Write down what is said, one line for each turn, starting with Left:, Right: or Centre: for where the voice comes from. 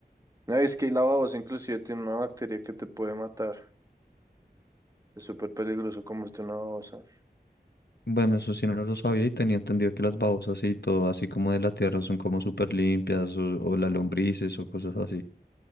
Right: No, es que la babosa inclusive tiene una bacteria que te puede matar. Es súper peligroso comerte una babosa.
Left: Bueno, eso sí no lo sabía y tenía entendido que las babosas y todo, así como de la tierra, son como súper limpias o, o las lombrices o cosas así.